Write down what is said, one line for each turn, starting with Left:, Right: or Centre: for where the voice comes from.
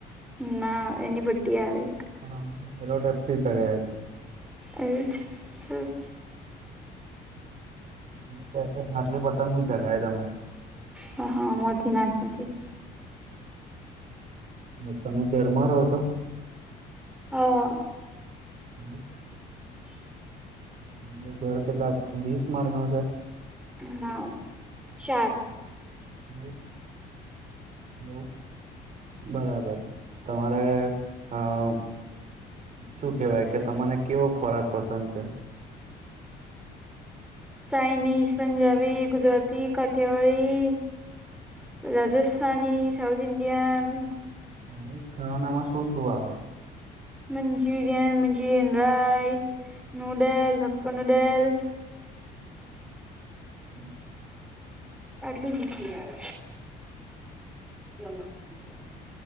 Centre: ના એની પટી આવે.
Right: પણ અમે તો સેલો ટેપ થી ચ્યા
Centre: એ સર
Right: ત ફાટલે પતંગી ચગ એ મ
Centre: હ હા મધ નાચ કે
Right: હ તમે ઘરમાં રહો છો?
Centre: હા!
Right: હમ તમારું ઘર કેટલા વીસ માળ નુ છે.
Centre: ના ચાલ
Right: હલો હલો બરાબર તમારે આ શું કેવાય કે? તને કેવો ખોરાક પસંદ છે?
Centre: ચાઇનીઝ, પંજાબી, ગુજરાતી, કઠિયાવાળી-' જુસ્થાની, સાાઉથ ઇન્ડયાન-'
Right: મેનીસ ખાવાનામાં શું શું આવે?
Centre: Manchurian, Manchurian rice, noodles, હક્કો noodles
Right: hello
Centre: અડલી હિ <inaudible> <inaudible>